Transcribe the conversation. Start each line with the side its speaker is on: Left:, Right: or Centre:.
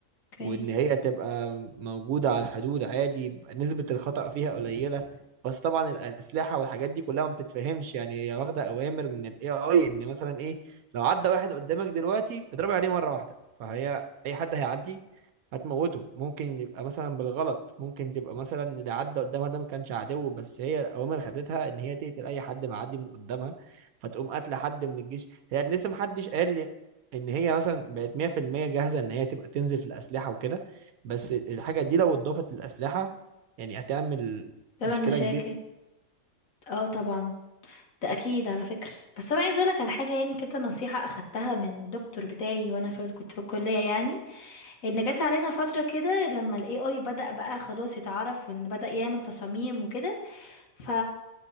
Left: اوكي
Right: وان هي تبقى موجودة على الحدود عادي يبقى نسبة الخطأ فيها قليلة بس طبعا الأسلحة والحاجات دي كلها ما بتتفهمش يعني هي واخدة أوامر من ال AI إن مثلا إيه لو عدى واحد قدامك دلوقتي اضربي عليه مرة واحدة فهي أي حد هيعدي هتموته ممكن يبقى مثلا بالغلط ممكن تبقى مثلا اللي عدى قدامها ده ما كانش عدو بس هي الأوامر خدتها إن هي تقتل أي حد معدي من قدامها فتقوم قاتلة حد من الجيش هي لسه محدش قال ان هي مثلا بقت 100% جاهزه ان هي تبقى تنزل في الاسلحه وكده بس الحاجه دي لو اتضافت للاسلحه يعني هتعمل
Left: طبعا
Right: مشكله
Left: مشاكل
Right: كبيره
Left: اه طبعا ده اكيد على فكرة بس انا عايزة اقولك على حاجة يعني كده نصيحة اخدتها من دكتور بتاعي وانا في كنت في الكلية يعني ان جت علينا فترة كده لما الاي اي بدأ بقى خلاص يتعرف وان بدأ يعمل تصاميم وكده ف